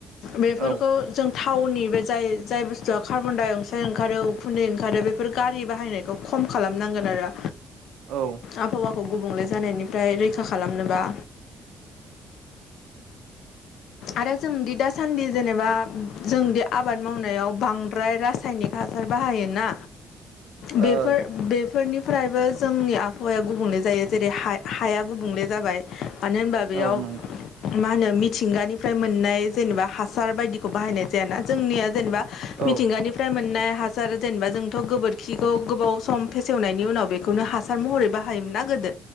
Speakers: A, on the left; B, on the right.
A: बेफोरखौ
B: औ
A: जों थावनि बे जाय जाय बुस्थुआ कार्बन डाइ अक्साइड ओंखारो उखुन्दै ओंखारो बेफोर गारि बाहायनायखौ ख‌ खम खालामनांगोन आरो।
B: औ
A: आबहावाखौ गुबुंले जानायनिफ्राय रैखा खालामनोबा आरो जोंदि दासान्दि जेनेबा जोंदि आबाद मावनायाव बांद्राय रासायनिक हा हासार बाहायोना
B: औ
A: बेफोर बेफोरनि फ्रायबो जोंनि आबहावाया गुबुंले जायो जेरै हा-हाया गुबुंले जाबाय मानो होनबा बेयाव
B: ओ औ नंगौ
A: मा होनो मिथिंगानि फ्राय मोननाय जेनेबा हासार बायदिखौ बाहायनाय जाया ना जोंनिया जेनेबा मिथिंगानिफ्राय
B: औ
A: मोन नाय हासार जेनेबा जोंथ' गोबोरखिखौ गोबाव सम फेसेवनायनि उनाव बेखौनो हासार महरै बाहायोमोन ना गोदो